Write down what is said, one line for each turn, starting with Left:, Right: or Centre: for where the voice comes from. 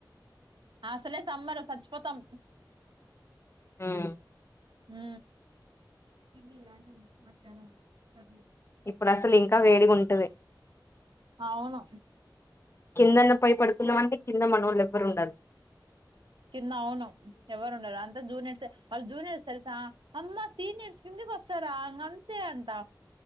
Right: అసలే సమ్మర్ రు సచ్చిపోతాం
Left: ఉహు
Right: హు కిందిదిగానీ మధ్యాహ్నం ప
Left: ఇప్పుడు అసలు ఇంకా వేడిగా ఉంటది
Right: అవును
Left: కిందన్న పోయి పడుకుందామా అంటే కింద మనోళ్లు ఎవ్వరు ఉండరు
Right: కింద అవును ఎవరు ఉండరు అంత జూనియర్స్ ఏ వాళ్ళు జూనియర్స్ తెలుసా అమ్మా సీనియర్స్ ఎందుకు కోస్తారా ఇంగ అంతే అంట